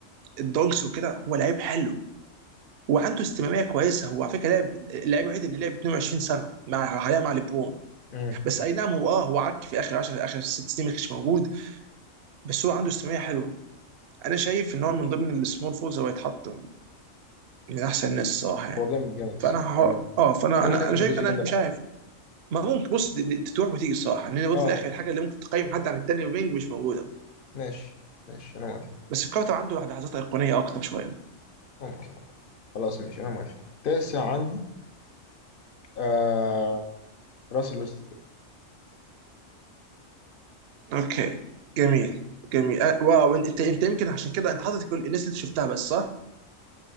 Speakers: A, on the right; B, on the left.
A: الدونكس وكده هو لعيب حلو وعنده استمراريه كويسه هو على فكره لعب اللعيب الوحيد اللي لعب 22 سنه مع حاليا مع ليبرون
B: امم
A: بس اي نعم هو اه هو عك في اخر 10 اخر ست سنين ما كانش موجود بس هو عنده استمراريه حلوه انا شايف ان هو من ضمن السمول فولز هو يتحط من احسن الناس الصراحه يعني
B: هو جامد جامد الصراحه
A: فانا ح...
B: جامد جدا
A: اه فانا
B: انا
A: انا
B: شايف
A: انا
B: ان
A: شايف
B: ريجي
A: انا
B: ميلر
A: مش
B: احسن
A: عارف ما ممكن بص دي- دي تروح وتيجي الصراحه لان برضه
B: اه
A: في الاخر الحاجه اللي ممكن تقيم حد عن التاني وبينج مش موجوده
B: ماشي ماشي انا موافق
A: بس الكارتر عنده لحظات ايقونيه اكتر شويه
B: ممكن خلاص ماشي انا موافق التاسع عندي آه... راسل ويست
A: اوكي جميل جميل أه واو انت انت يمكن عشان كده انت حاطط كل الناس اللي انت شفتها بس صح؟